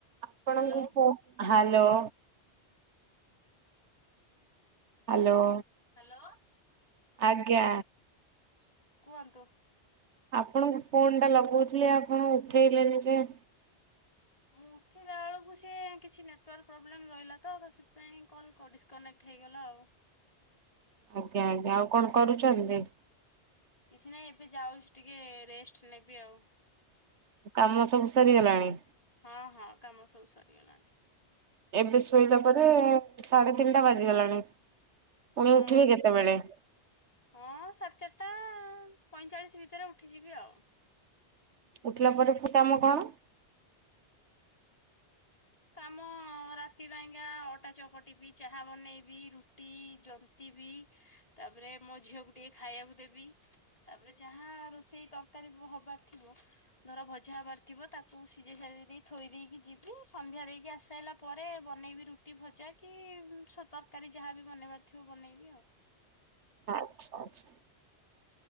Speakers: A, on the right; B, on the left.
A: ଆପଣଙ୍କୁ
B: Hello
A: ଫ hello. Hello.
B: Hello.
A: ଆଜ୍ଞା।
B: କୁହନ୍ତୁ।
A: ଆପଣଙ୍କୁ ଫୋନ୍ ଟା ଲଗଉଥିଲି ଆପଣ ଉଠେଇଲେନି ଯେ?
B: ମୁଁ ଉଠିଲା ବେଳକୁ ସିଏ କିଛି ନେଟୱାର୍କ ପ୍ରୋବ୍ଲେମ୍ ରହିଲା ତ ସେଥିପାଇଁ କଲ୍ କ ଡ଼ିସ୍ କନେକ୍ଟ୍ ହେଇଗଲା ଆଉ।
A: ଆଜ୍ଞା ଆଜ୍ଞା ଆଉ କଣ କରୁଛନ୍ତି ଦେଇ?
B: କିଛି ନାଇଁ ଏବେ ଯାଉଛି ଟିକେ ରେଷ୍ଟ ନେବି ଆଉ।
A: କାମ ସବୁ ସରିଗଲାଣି?
B: ହଁ ହଁ କାମ ସବୁ ସରିଗଲାଣି।
A: ଏବେ ଶୋଇଲା ପରେ ସାଢ଼େ ତିନିଟା ବାଜିଗଲାଣି ପୁଣି
B: ହଁ
A: ଉଠିବି କେତେବେଳେ?
B: ହଁ ସାଢ଼େ ଚାରିଟା ପଇଁଚାଳିଶ ଭିତରେ ଉଠିଯିବି ଆଉ।
A: ଉଠିଲା ପରେ ଫୁ କାମ କଣ?
B: କାମ ରା ତି ପାଇଁକା ଅଟା ଚକଟିବି ଚାହା ବନେଇବି ରୁଟି ଜନ୍ତିବିି। ତାପରେ ମୋ ଝିଅକୁ ଟିକେ ଖାଇବାକୁ ଦେବି ତାପରେ, ଯାହା ରୋଷେଇ ତରକାରୀ ହବାର ଥିବ ଧର ଭଜା ହବାର ଥିବ ତାକୁ ସିଝେଇ ସାଝେଇ ଦେଇ ଥୋଇ ଦେଇକି ଯିବି। ସନ୍ଧ୍ୟା ଦେଇକି ଆସାଇଲା ପରେ ବନେଇବି ରୁଟି, ଭଜା କି ସ ତରକାରୀ ଯାହା ବି ବନେଇବାର ଥିବ ବନେଇବି ଆଉ।
A: ଆଚ୍ଛା ଆଚ୍ଛା।